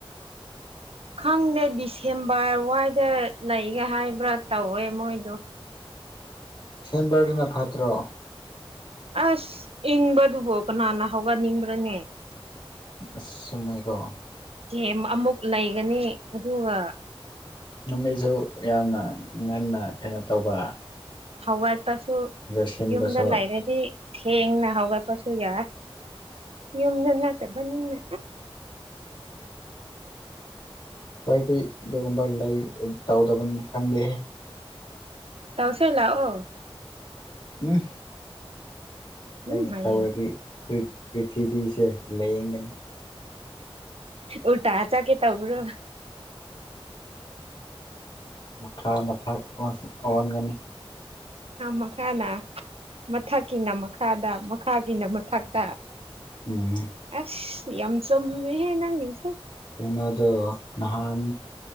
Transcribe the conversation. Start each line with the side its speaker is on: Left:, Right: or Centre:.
Right: ꯈꯪꯗꯦ ꯗꯤꯁꯦꯝꯕꯔ ꯋꯥꯏꯗ ꯂꯩꯒ
Left: ꯑꯣ
Right: ꯍꯥꯏꯕ꯭ꯔꯥ ꯇꯧꯋꯦ ꯃꯣꯏꯗꯣ꯫
Left: ꯁꯦꯝꯕꯥꯔꯗꯅ ꯐꯥꯠꯇ꯭ꯔ?
Right: ꯑꯁ ꯏꯪꯕꯗꯨꯕꯨ ꯀꯅꯥꯅ ꯍꯧꯒꯠꯅꯤꯡꯕ꯭ꯔꯅꯦ꯫
Left: ꯑꯁ ꯁꯨꯃꯥꯏ ꯇꯧꯔꯣ꯫
Right: ꯀꯦꯝ ꯑꯃꯨꯛ ꯂꯩꯒꯅꯤ ꯑꯗꯨꯒ꯫
Left: ꯅꯨꯃꯤꯠꯁꯨ ꯌꯥꯝꯅ ꯉꯟꯅ ꯀꯩꯅꯣ ꯇꯧꯕ
Right: ꯍꯧꯋꯥꯠꯄꯁꯨ
Left: ꯂꯣꯏꯁꯤꯟꯕꯁꯨ
Right: ꯌꯨꯝꯗ ꯂꯩꯔꯗꯤ ꯊꯦꯡꯅ ꯍꯒ ꯄꯁꯨ ꯌꯥ ꯌꯨꯝꯗ ꯅꯠꯇꯕꯅꯤꯅ
Left: ꯈꯋꯥꯗꯤꯀꯩ ꯎꯄꯥꯏ ꯂꯩ ꯇꯧꯗꯕꯅ ꯈꯪꯗꯦ
Right: ꯇꯧꯁꯦ ꯂꯥꯛꯑꯣ
Left: ꯎꯝ
Right: ꯎꯝ
Left: ꯑꯩꯅ
Right: ꯍꯥꯏꯌꯦ
Left: ꯇꯧꯔꯗꯤ ꯄ꯭ꯔꯤꯊꯤꯕꯤꯁꯦ ꯂꯌꯦꯡꯒꯅꯤ
Right: ꯎ ꯇꯥ ꯆꯀꯦ ꯇꯧꯕ꯭ꯔꯣ
Left: ꯃꯈꯥ ꯃꯊꯛ ꯑꯟꯒꯅꯤ
Right: ꯃꯈꯥꯅ ꯃꯊꯛꯀꯤꯅ ꯃꯈꯥꯗ ꯈꯥꯒꯤꯅ ꯃꯊꯛꯇ
Left: ꯎꯝ ꯎꯝ
Right: ꯑꯁ ꯌꯥꯝ ꯆꯨꯝꯃꯦꯍꯦ ꯅꯪ ꯒꯤꯁꯦ
Left: ꯀꯩꯅꯣꯗ ꯅꯍꯥꯟ